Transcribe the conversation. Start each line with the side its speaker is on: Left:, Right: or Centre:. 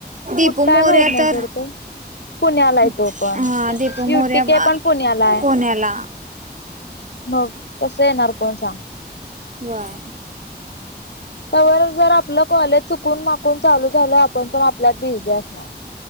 Right: दिपु
Left: कुठं आहे
Right: मोर्या
Left: माहित नाही
Right: तर
Left: सोड तो पुण्याला आहे
Right: हा
Left: तो पण
Right: दीप
Left: युटीके
Right: मोर्या
Left: पण पुण्याला आहे
Right: पुण्याला.
Left: मग कस येणार कोण सांग?
Right: होय.
Left: तवर जर आपल कॉलेज चुकून माकून चालू झाल आपण पण आपल्यात बिझी असणार.